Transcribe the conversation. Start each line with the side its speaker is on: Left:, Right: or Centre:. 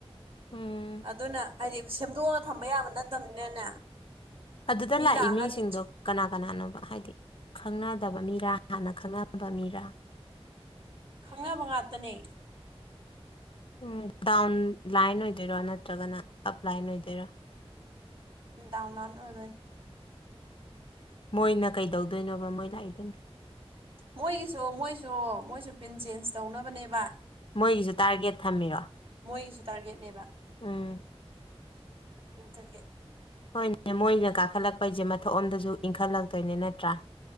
Left: ꯎꯝ
Right: ꯑꯗꯨꯅ ꯍꯥꯏꯗꯤ ꯁꯦꯝꯗꯣꯛꯑꯒ ꯊꯝꯕ ꯌꯥꯕ ꯅꯠꯇꯕꯅꯤꯅꯅꯦ
Left: ꯑꯗꯨꯗ
Right: ꯃꯤ
Left: ꯂꯥꯛꯏ
Right: ꯂꯥꯛꯑꯀꯥꯟꯗ
Left: ꯃꯤꯁꯤꯡꯗꯣ ꯀꯅꯥ ꯀꯅꯥꯅꯣꯕ ꯍꯥꯏꯗꯤ ꯈꯪꯅꯗꯕ ꯃꯤꯔꯥ ꯍꯥꯟꯅ ꯈꯪꯅꯕ ꯃꯤꯔꯥ
Right: ꯈꯪꯅꯕ ꯉꯥꯛꯇꯅꯦ
Left: ꯎꯝ ꯗꯥꯎꯟ ꯂꯥꯏꯟ ꯑꯣꯏꯗꯣꯏꯔꯣ ꯅꯠꯇ꯭ꯔꯒꯅ ꯑꯞ ꯂꯥꯏꯟ ꯑꯣꯏꯗꯣꯏꯔꯣ
Right: ꯎꯝ ꯗꯥꯎꯟ ꯂꯥꯏꯟ <inaudible>
Left: ꯃꯣꯏꯅ ꯀꯩꯗꯧꯗꯣꯏꯅꯣꯕ ꯃꯣꯏ ꯂꯥꯛꯏꯗꯨꯅ
Right: ꯃꯣꯏꯒꯤꯁꯨ ꯃꯣꯏꯁꯨ ꯃꯣꯏꯁꯨ ꯄꯤꯟ ꯆꯦꯟꯖ ꯇꯧꯅꯕꯅꯦꯕ
Left: ꯃꯣꯏꯒꯤꯁꯨ ꯇꯥꯔꯒꯦꯠ ꯊꯝꯃꯤꯔꯣ
Right: ꯃꯣꯏꯒꯤꯁꯨ ꯇꯥꯔꯒꯦꯠꯅꯦꯕ
Left: ꯎꯝ
Right: ꯑꯗꯨꯒꯤ
Left: ꯍꯣꯏꯅꯦ ꯃꯣꯏꯅ ꯀꯥꯈꯠꯂꯛꯄꯩꯁꯦ ꯃꯊꯛ ꯑꯣꯝꯗꯁꯨ ꯏꯟꯈꯠꯂꯛꯇꯣꯏꯅꯦ ꯅꯠꯇ꯭ꯔꯥ